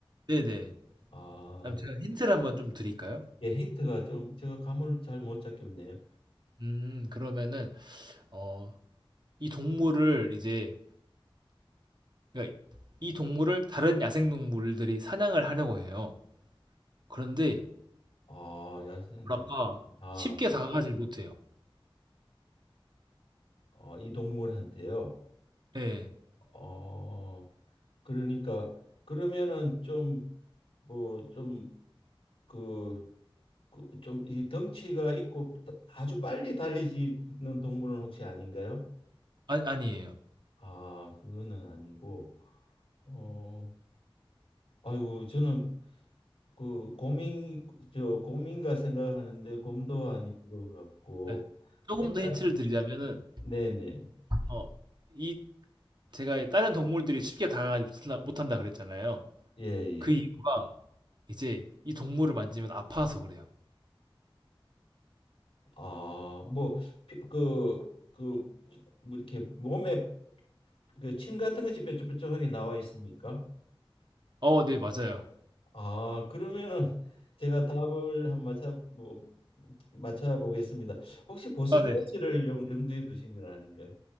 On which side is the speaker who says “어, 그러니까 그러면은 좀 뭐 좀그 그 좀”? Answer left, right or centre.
Left